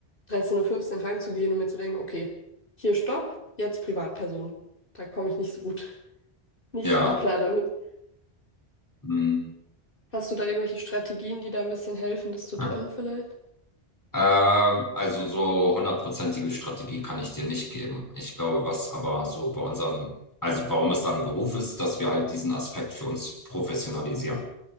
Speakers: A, on the left; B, on the left.
A: 13.15 Uhr fünfzehn heimzugehen und mir zu denken, okay, hier Stopp, jetzt Privatperson. Da komme ich nicht so gut, nicht
B: ja,
A: so gut klar damit.
B: hm,
A: Hast du da irgendwelche Strategien, die da ein bisschen helfen, das zu trennen
B: ja.
A: vielleicht?
B: Ähm, also so hundertprozentige Strategie kann ich dir nicht geben. Ich glaube, was aber so bei unserem, also warum es dann ein Beruf ist, dass wir halt diesen Aspekt für uns professionalisieren.